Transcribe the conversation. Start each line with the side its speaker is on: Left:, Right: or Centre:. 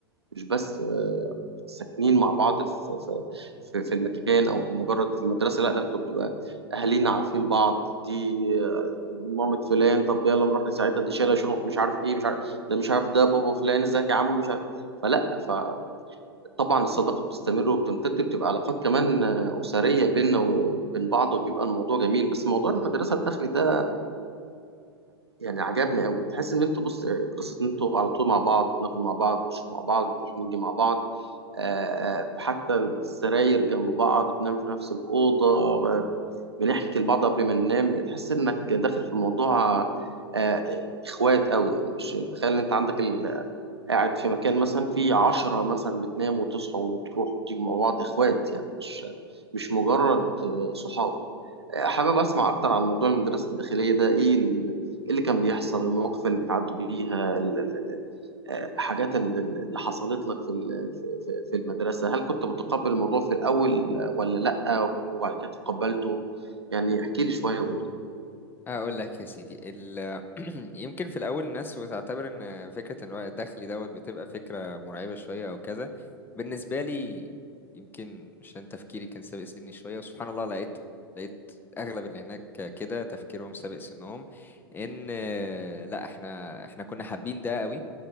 Right: مش بس آه، ساكنين مع بعض في في في في المكان او مجرد في المدرسه لا ده انتوا بتبقى اهالينا عارفين بعض دي آه، مامة فلان طب يلا نروح نساعدها دي شايله شنط مش عارف ايه مش عارف ده مش عارف ده بابا فلان ازيك يا عم مش عارف فلا فطبعا الصداقه بتستمر وبتمتد بتبقى علاقات كمان آه، اسريه بيننا وبين بعض وبيبقى الموضوع جميل بس موضوع المدرسه الداخلي ده يعني عجبني قوي تحس ان انتوا بص آه، قصه ان انتوا على طول مع بعض بناكل مع بعض بنشرب مع بعض بنروح نيجي مع بعض آه، حتى السراير جنب بعض بننام في نفس الأوضة ب- بنحكي لبعض قبل ما ننام تحس إنك داخل في موضوع آه، إخوات أوي يعني مش تخيل إن أنت عندك ال... قاعد في مكان مثلا في عشرة مثلا بتناموا وتصحوا وتروحوا وتيجوا مع بعض إخوات يعني مش مش مجرد آه، صحاب آه، حابب أسمع أكتر عن موضوع المدرسة الداخلية ده إيه ال- إيه اللي كان بيحصل المواقف اللي بتعدوا بيها آه، حاجات ال- ال- اللي حصلت لك في ال- في في- في المدرسة هل كنت متقبل الموضوع في الأول آه، ولا لأ وبعد كده تقبلته يعني احكي لي شوية وقول لي
Left: اقول لك يا سيدي ال... <clears throat> يمكن في الاول الناس بتعتبر ان فكره الوقت الدخلي دوت بتبقى فكره مرعبه شويه او كذا بالنسبه لي يمكن عشان تفكيري كان سابق سني شويه وسبحان الله لقيت لقيت اغلب اللي هناك كده تفكيرهم سابق سنهم ان آه، لا احنا احنا كنا حابين ده قوي